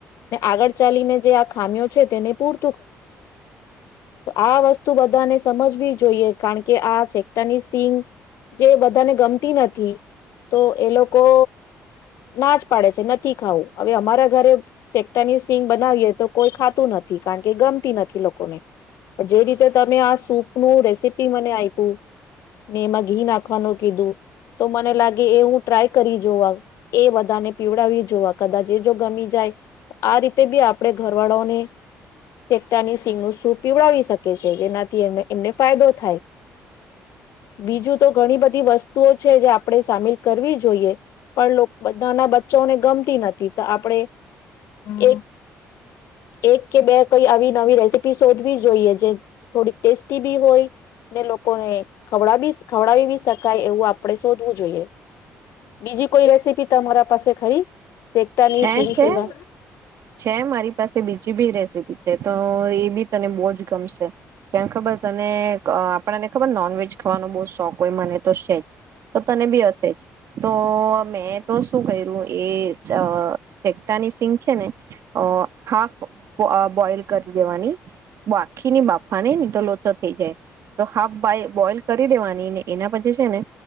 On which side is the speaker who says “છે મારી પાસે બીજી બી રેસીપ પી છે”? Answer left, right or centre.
Right